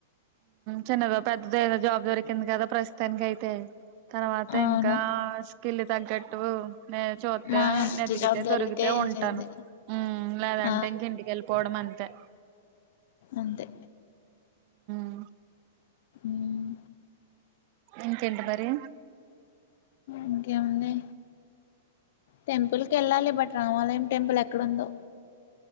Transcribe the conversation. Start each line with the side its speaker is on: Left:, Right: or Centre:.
Right: చిన్నదో పెద్దదో ఏదో జాబ్ దొరికింది కదా ప్రస్తుతానినికి అయితే తర్వాత
Left: అవును
Right: ఇంకా స్కిల్ తగ్గట్టు నేను చూస్తతే
Left: మా మంచి
Right: వెెతికితే
Left: జాబ్
Right: దొరికితే ఉంటాను
Left: చేద్దు
Right: లేదంటే
Left: ఆ
Right: ఇంక ఇంటికెళ్ళి పోవడం అంతే
Left: అంతే
Right: అ
Left: మ్మ్
Right: ఇంకేంటి మరి
Left: ఇంకేముంది టెంపుల్ క వెళ్ళాలి బట్ రామాలయం టెంపుల్ ఎక్కడందో